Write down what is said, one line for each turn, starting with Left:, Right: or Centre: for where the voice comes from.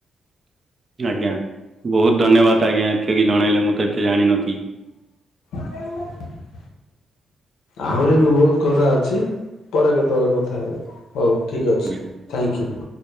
Right: ଆଜ୍ଞା ବହୁତ ଧନ୍ୟବାଦ ଆଜ୍ଞା ଏତ କି ଜଣେଇଲେ ମୁଁ ତ ଏତେ ଜାଣିନଥିଲି।
Left: <unintelligible> ଆହୁରି ବି ବହୁତ କଥା ଅଛି। ପରେ କେତେବେଳେ କଥା ହେବେ ହଉ ଠିକ୍
Right: ଆଜ୍ଞା
Left: ଅଛି ଥ୍ୟାଙ୍କୟୁ।